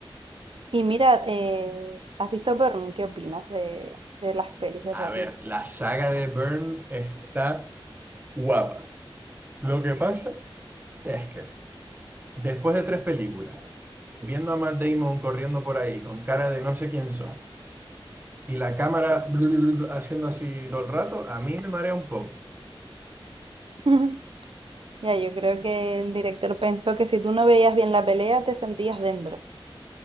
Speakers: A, on the right; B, on the right.
A: Y mira, eh, ¿has visto Burn? ¿Qué opinas de, de las pelis de Burn?
B: A ver, la saga de Burn está guapa. Lo que pasa Es que después de tres películas, viendo a Matt Damon corriendo por ahí con cara de no sé quién soy y la cámara <laughs> haciendo así todo el rato, a mí me marea un poco.
A: <laughs> Ya, yo creo que el director pensó que si tú no veías bien la pelea, te sentías dentro,